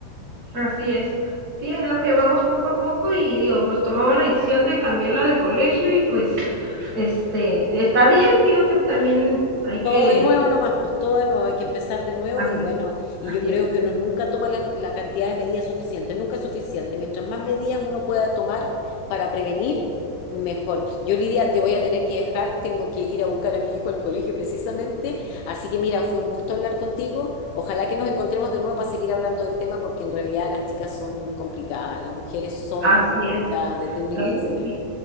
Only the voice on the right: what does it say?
Así es. Sí, es lo que vamos poco a poco y digo, pues tomamos la decisión de cambiarla de colegio y pues este está bien, digo, también hay
que
así,
así
es,
así
es.
¿no? Sí,